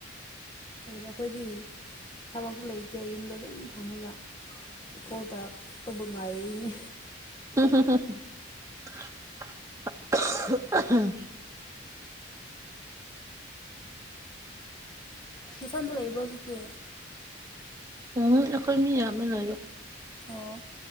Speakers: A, on the left; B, on the right.
A: <unintelligible> ꯑꯩꯈꯣꯏꯗꯤ ꯊꯕꯛꯁꯨ ꯂꯩꯇꯦ ꯌꯨꯝꯗ ꯑꯗꯨꯝ ꯐꯝꯃꯒ ꯀꯣꯜ ꯇꯧꯔꯛꯄꯕꯨ ꯉꯥꯏꯔꯤꯅꯦ
B: <unintelligible>
A: ꯅꯊꯟꯇ ꯂꯩꯕ꯭ꯔꯣ ꯑꯗꯨꯗꯤ
B: ꯎꯝ ꯑꯩꯈꯣꯏ ꯃꯤ ꯌꯥꯝꯃꯦ ꯂꯩꯕ
A: ꯑꯣ